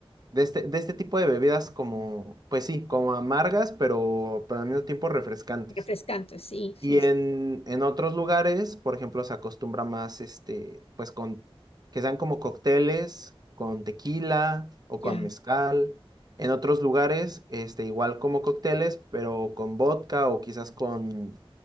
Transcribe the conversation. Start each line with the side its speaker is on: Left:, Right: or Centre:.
Right: de este, de este tipo de bebidas como, pues sí, como amargas, pero, pero al mismo tiempo refrescantes.
Left: Refrescante, sí, sí,
Right: Y
Left: sí,
Right: en, en otros lugares, por ejemplo, se acostumbra más, este, pues con, que sean como cócteles con tequila o
Left: Ya.
Right: con mezcal. En otros lugares, este, igual como cócteles, pero con vodka o quizás con,